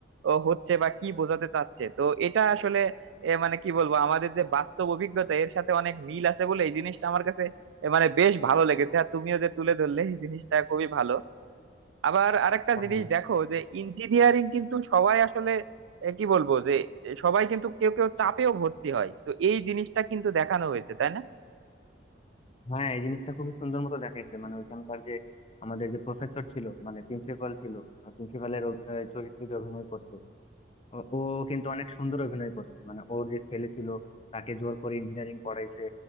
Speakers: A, on the right (about 80°); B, on the left (about 30°).
A: ও হচ্ছে বা কি বোঝাতে চাচ্ছে তো এটা আসলে এ, মানে কি বলবো আমাদের যে বাস্তব অভিজ্ঞতা এর সাথে অনেক মিল আছে বলে এই জিনিসটা আমার কাছে এ, মানে বেশ ভালো লেগেছে আর তুমিও যে তুলে ধরলে এই জিনিসটা খুবই ভালো আবার আরেকটা
B: না
A: জিনিস দেখো যে ইঞ্জিনিয়ারিং কিন্তু সবাই আসলে এ, কি বলবো যে এ, সবাই কিন্তু কেউ কেউ চাপেও ভর্তি হয় তো এই জিনিসটা কিন্তু দেখানো হয়েছে তাই না
B: হ্যাঁ এই জিনিসটা খুবই সুন্দর মতো দেখাইছে মানে ওইখানকার যে আমাদের যে প্রফেসর ছিল মানে প্রিন্সিপাল ছিল প্রিন্সিপালের চরিত্রে যে অভিনয় করছে ও ও কিন্তু অনেক সুন্দর অভিনয় করছে মানে ওর যে ছেলে ছিল তাকে জোর করে ইঞ্জিনিয়ারিং পড়াইছে